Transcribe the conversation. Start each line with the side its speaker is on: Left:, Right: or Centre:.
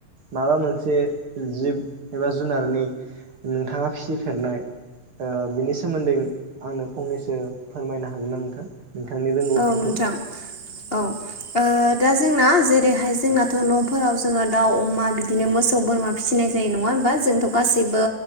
Right: माबा मोनसे जिब एबा जुनार फोरनि नोंथाङा फिसिफेरनाय ओ बिनि सोमोन्दै आंनो फंनैसो फोरमायनो हागोन ना नोंथां नोंथांनि रोंगौथिखौ
Left: औ नोंथां औ ओ दा जोंना जेरैहाय जोंनाथ' न'फोराव जोङो दाउ अमा बिदिनो मोसौ बोरमा फिसिनाय जायो नङा होम जोंथ' गासिबो